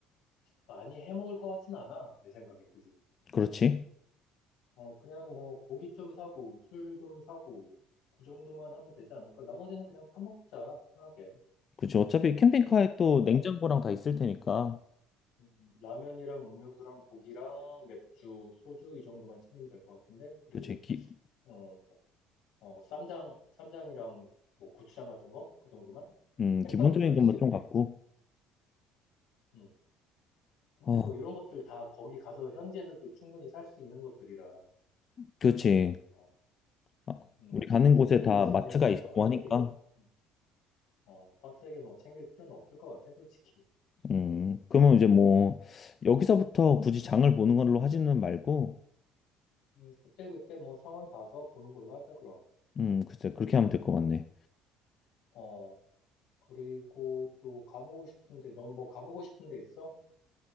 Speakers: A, on the left; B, on the left.
A: 많이 해 먹을 것 같진 않아. 내 생각에. 그지?
B: 그렇지.
A: 어, 그냥 뭐 고기 좀 사고 술 좀 사고 그 정도만 하면 되지 않을까? 나머지는 그냥 사 먹자. 편하게.
B: 그렇지. 어차피 캠핑카에 또
A: 어.
B: 냉장고랑 다 있을 테니까.
A: 음, 라면이랑 음료수랑 고기랑 맥주, 소주 이 정도만 챙기면 될 것 같은데 그리고
B: 그렇지. 기,
A: 어, 어, 쌈장, 쌈장이랑 뭐 고추장 같은 거 그 정도만
B: 음,
A: 햇반도
B: 기본적인
A: 몇 개
B: 것만
A: 챙기면
B: 좀
A: 되겠다.
B: 갖고.
A: 음. 근데
B: 어,
A: 뭐 이런 것들 다 거기 가서 현지에서도 충분히 살 수 있는 것들이라
B: 그렇지.
A: 어,
B: 아,
A: 음,
B: 우리
A: 굳이
B: 가는 곳에
A: 뭐
B: 다
A: 지금부터
B: 마트가 있고
A: 빡세게
B: 하니까.
A: 음, 어, 빡세게 뭐 챙길 필요는 없을 것 같아 솔직히.
B: 음, 그러면 이제 뭐 여기서부터 굳이 장을 보는 걸로 하지는 말고
A: 음, 그때 그때 뭐 상황 봐서 보는 걸로 하자 그럼.
B: 음, 글쎄, 그렇게 하면 될 것 같네.
A: 어, 그리고 또 가보고 싶은데, 넌 뭐 가보고 싶은 데 있어?